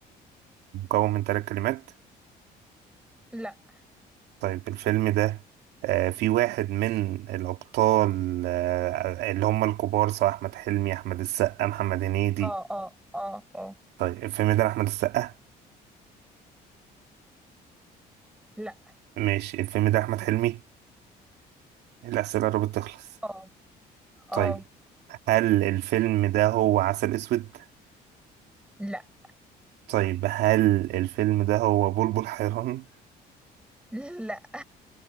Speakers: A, on the right (about 80°); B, in the centre.
A: مكون من ثلاث كلمات
B: لا
A: طيب الفيلم ده آه، في واحد من الأبطال آه، اللي هم الكبار سواء أحمد حلمي أحمد السقا محمد هنيدي
B: اه اه اه اه
A: طيب الفيلم ده أحمد السقا
B: لا
A: ماشي الفيلم ده أحمد حلمي الأسئلة قربت تخلص
B: اه اه
A: طيب هل الفيلم ده هو عسل أسود
B: لا
A: طيب هل الفيلم ده هو بلبل حيران
B: <laughs> لا